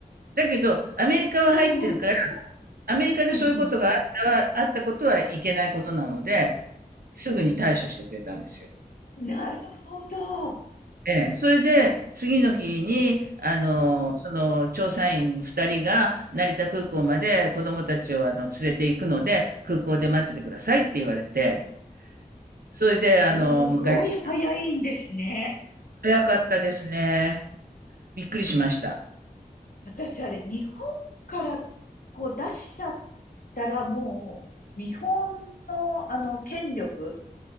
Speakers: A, on the right; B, on the left.
A: だけど、アメリカは入ってるから、
B: うんうん、
A: アメリカでそういうことがあったは、
B: うんう
A: あったことはいけないことなので、すぐに対処してくれたんですよ。
B: ん。なるほど。
A: ええ、それで、次の日に、あの、その、調査員2人が成田空港まで子供たちを、あの、連れて行くので、空港で待っててくださいって言われて、それで、あの、
B: すごい早いんですね。
A: 迎えに、早かったですね。びっくりしました。
B: 私あれ、日本からこう出しちゃったらもう、日本のあの権力